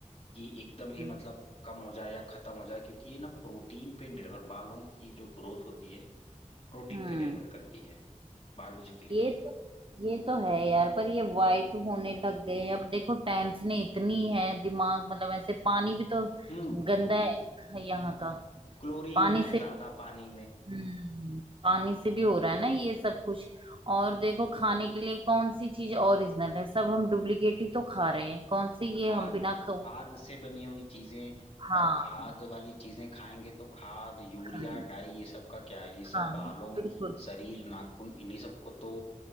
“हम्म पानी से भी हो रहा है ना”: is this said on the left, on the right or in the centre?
Right